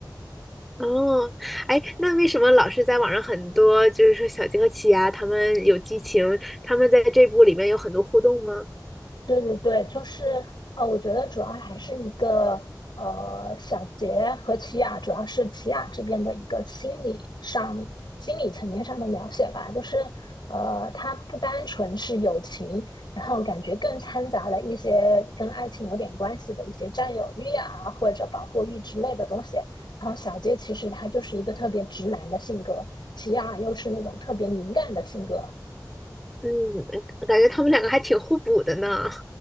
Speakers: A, in the centre; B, on the left.
A: 哦，哎，那为什么老是在网上很多，就是说小鸡和奇亚他们有激情，他们在这部里面有很多互动吗？
B: 对对对，就是呃，我觉得主要还是一个呃，小杰和齐雅，主要是齐雅这边的一个心理上、心理层面上的描写吧，就是呃，它不单纯是友情，然后感觉更掺杂了一些跟爱情有点关系的一些占有欲啊，或者保护欲之类的东西。然后小杰其实他就是一个特别直男的性格，齐雅又是那种特别敏感的性格，
A: 嗯，感觉他们两个还挺互补的呢。